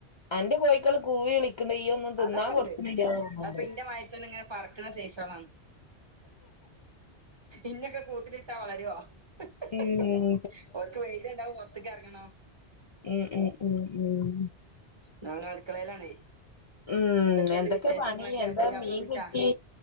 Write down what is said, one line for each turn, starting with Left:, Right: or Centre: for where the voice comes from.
Left: അന്റെ കോയി ക്കള് കൂവി വിളിക്കണ്ട് ഈയ ഒന്നും തിന്നാ
Right: അതൊക്കെ
Left: കൊടുക്കല്ല
Right: ഉണ്ട്
Left: തോന്നണ്ട്
Right: അപ്പൊ ഇന്റെ വയറ്റന്നെ ഇങ്ങനെ പറക്കണ സെയ്സളാണ് ഇന്നൊക്കെ കൂട്ടിലിട്ടാ വളരുവോ <unintelligible>
Left: ഉം
Right: ഓൽക് വെയില് കണ്ട പോർത്ക്ക് എറങ്ങണം
Left: മ് മ് മ് മ്
Right: <unintelligible> അടുക്കളയിലാണേ
Left: ഉം
Right: എന്തൊക്കെയുണ്ട്
Left: എന്തൊക്കെ
Right: വിശേഷങ്ങളൊക്കെ
Left: പണി എന്താ
Right: പുയ്യാപ്പിള
Left: മീൻ
Right: വിളിച്ചാ
Left: കിട്ടി